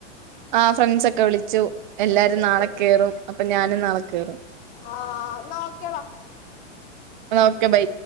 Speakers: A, on the right; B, on the left.
A: ആ ഫ്രണ്ട്സെക്കെ വിളിച്ചു എല്ലാരും
B: ആ ഓക്കെ
A: നാളെകേറും
B: ഓക്കെ
A: അപ്പൊ ഞാനും നാളെകേറും
B: ആഹ് ന്നേ കേടാ
A: ന്നേക്കെ ബൈ